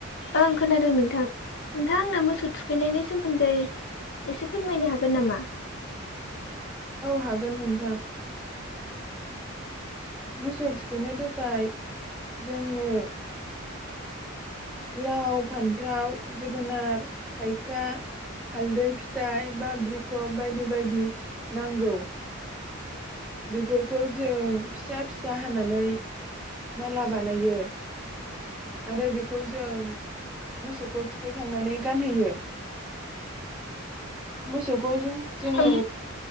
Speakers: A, on the left (about 55°); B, in the centre.
A: ओं खोनादों नोंथां नोंथां आंना मोसौ थुखैनायनि सोमोन्दै एसे फोरमायनो हागोन नामा
B: औ हागोन नोंथां मोसौ थुखैनो थाखाय जोंनो लाव फान्थाव जोगोनार थाइखा हालदै फिथाइ बाब्रिख' बायदि बायदि नांगौ बेफोरखौ जों फिसा फिसा हानानै माला बानायो आरो बेखौ जों मोसौखौ थुखैखांनानै गानहोयो। मोसौ खौ जों जोङो
A: ओम